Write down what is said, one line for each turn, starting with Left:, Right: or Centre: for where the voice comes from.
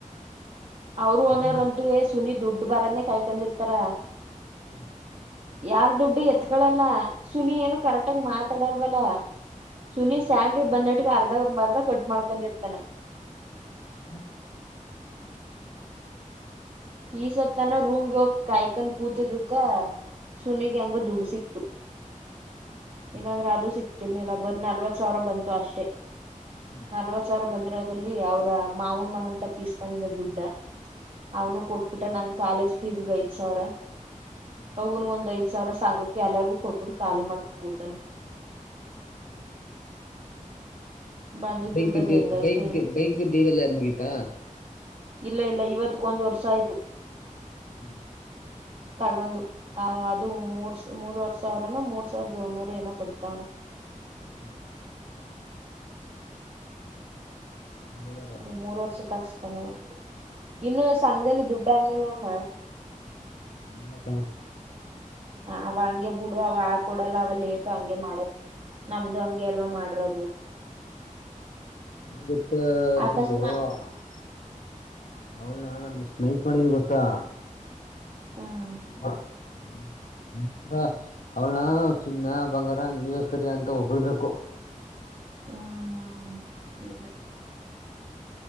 Right: ಅವರು
Left: ಚೆನ್ನಾಗಿರ್ತಾರೆ
Right: ಓನರ್ ಅಂತುವೆ ಸುನಿ ದುಡ್ ಬರದ್ನೇ ಕಾಯ್ಕೊಂಡಿರ್ತಾರ.
Left: ಹ್ಮ್
Right: ಯಾರ್ ದುಡ್ಡು ಹೇತ್ಕಳಲ್ಲ ಸುನಿ ಏನು ಕರೆಕ್ಟಾಗಿ ಮಾತಾಡಲ್ವಲ್ಲ ಸುನಿ
Left: ಹ್ಮ್
Right: ಸ್ಯಾಲ್ರಿ ಬಂದಿಟ್ಟಗೆ ಅರ್ಧ ಬರ್ಧ ಕಟ್ ಮಾಡ್ಕೊಂಡಿರ್ತಾನೆ.
Left: ಹದ <unintelligible>
Right: ಈ ಸತ್ ತನ ರೂಮ್ಗೆ ಹೋಗ್ ಕಾಯ್ಕೊಂಡ್ ಕೂತಿದ್ಕ. ಸುನಿಗೆ ಹೆಂಗೊ ದುಡ್ಡು ಸಿಕ್ತು
Left: ಹ್ಮ್
Right: ಇನ್ನಂದ್ರೆ ಅದು ಸಿಗ್ತನ ಇರಲಿಲ್ಲ ಬರಿ ನಲವತ್ತ್ ಸಾವಿರ ಬಂತು ಅಷ್ಟೇ.
Left: ಹ್ಮ್ ಹ್ಮ್
Right: ನಲವತ್ ಸಾವಿರ ಬಂದ್ರೆ ಅದ್ರಲ್ಲಿ ಅವ್ರ ಮಾವನ್ ಮಗಂತ ಪೀಸ್ಕೊಂಡಿದ್ದ ದುಡ್ಡ ಅವನು ಕೊಟ್ಟಬಿಟ್ಟ ನನ್ ಕಾಲೇಜ್ ಫೀಸ್ಗೆ ಐದ್ ಸಾವಿರ
Left: ಹ್ಮ್
Right: ಅವನ್ ಒಂದ್ ಐದ್ ಒ ಸಾವಿರ ಸಂಘಕ್ಕೆ ಎಲ್ಲಾರ್ಗೂ ಕೊಟ್ಬಿಟ್ಟು ಖಾಲಿ ಮಾಡ್ಕಕ್ ಕೂತಾನೆ
Left: ಹ್ಮ್
Right: ಬಂದಿದ್
Left: ಬೈಕ್
Right: ದುಡ್ಡ್ ಅದ್
Left: ದ
Right: ಹೆಂಗಾಯ್ತೋ
Left: ಬೈಕ್
Right: ಏನೋ
Left: ಬೈಕ್ ದೇವೆಲ್ಲ ಮುಗೀತಾ
Right: ಇಲ್ಲ ಇಲ್ಲ ಇವತ್ತಕ್ಕೊಂದು ವರ್ಷ ಆಯ್ತು.
Left: ಹ್ಮ್ <inaudible>
Right: ತಗೊಂಡ್ ಅ ಅದು ಮೂರ್ ಮೂರ್ವರ್ ಸಾವಿರನ ಮೂರ್ ಸಾವಿರದ ಏಳ್ನೂರ ಏನೋ ಕಟ್ತಾವನೆ.
Left: ಹ್ಮ್ ಹ್ಮ್ <inaudible> ಹೌದಲ್ವಾ
Right: ಅದೇ ಮೂರ್ ವರ್ಷಕ್ಕೆ ಹಾಕ್ <unintelligible> ಇನ್ನು ಸಂಘದಲ್ಲಿ ದುಡ್ಡಾಂಗವಾಮ
Left: ವಿಳಕವಾ <unintelligible>
Right: ಅವ ಹಂಗೆ ಬಿಡು ಅವ ಕೊಡಲ್ಲ ಅವ ಲೇಟು ಹಂಗೆ ಮಾಡದು ನಮ್ದು ಹಂಗ್ ಎಲ್ವ ಮಾಡರೋದು
Left: ಹೆಂಗ ಇತಗ್ಗೋವ
Right: ಅಕಸ್ಮಾ
Left: <unintelligible> ಅವ ನಾನಷ್ಟ ನಹಸ್ ಮಾಡಿದನ್ ಗೊತ್ತಾ <unintelligible>
Right: ಹಾ <inaudible>
Left: ಹ ಹ್ಮ <unintelligible> ನರ ಅವಳನ ಚಿನ್ನ ಬಂಗಾರ ನೀವೇ ಸರಿ ಅಂತ ಹೊಗ್ಳ್ಬೇಕು
Right: ಹ್ಮ್ಜ <inaudible>